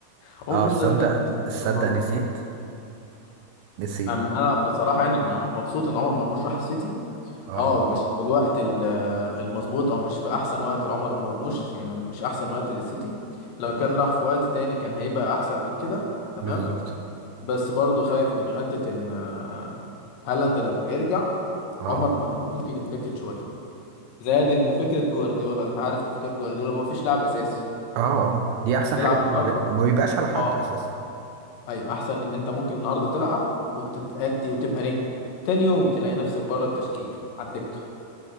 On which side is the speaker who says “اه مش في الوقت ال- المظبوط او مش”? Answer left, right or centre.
Left